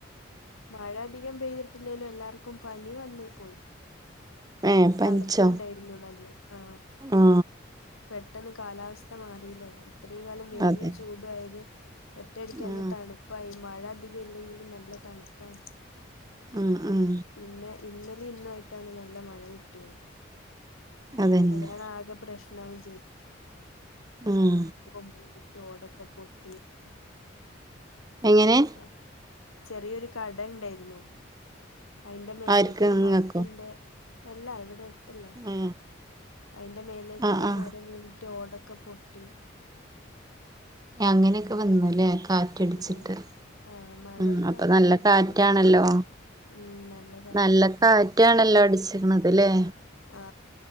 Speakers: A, on the left; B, on the right.
A: മഴ അധികം പെയ്തിട്ടില്ലെലും എല്ലാർക്കും പനി വന്ന് പോയി.
B: ഏ പനിച്ചോ
A: തണുപ്പുണ്ടായിരുന്നു നല്ലേ. ആ
B: ആ
A: പെട്ടന്ന് കാലാവസ്ഥ മാറിയില്ലേ ഇത്രയും കാലം വെയിലും
B: അതെ
A: ചൂടും ആയത്, ഒറ്റടിക്ക് അങ്ങ്
B: ആ
A: തണുപ്പായി, മഴ അധികം ഇല്ലെങ്കിലും നല്ല തണുപ്പാണ്.
B: ഉം ഉം.
A: പിന്നെ ഇന്നലെ ഇന്നു ആയിട്ടാണ് നല്ല മഴ കിട്ടിയത്.
B: അതന്നെ
A: അതാണ് ആകെ പ്രശ്നവും ചെയ്ത്
B: ഉം.
A: <unintelligible> ഓടൊക്കെ പൊട്ടി.
B: എങ്ങനെ
A: ആ ചെറിയൊരു കട ഉണ്ടായിരുന്നു. അതിന്റെ മേലേക്ക്‌
B: ആർക്ക്
A: ഒരു
B: നിങ്ങക്കോ
A: മരത്തിന്റെ, അല്ലാ ഇവിടെ അടു തുള്ളേ
B: ആ
A: അതിന്റെ മേലേക്ക
B: ആ
A: ഒരു
B: ആ
A: മരം വീണിട്ട് ഓടക്കെ പൊട്ടി.
B: അങ്ങനെക്കെ വന്നുല്ലേ കാ റ്റടിച്ചിട്ട്
A: ആഹ് ആഹ് മഴയില്ല
B: ഉം. അപ്പൊ നല്ല കാറ്റാണല്ലോ.
A: കാറ്റ് ഉം നല്ല കാ
B: നല്ല കാറ്റാണല്ലോ അടിച്ചിക്കണത് ലേ.
A: ആ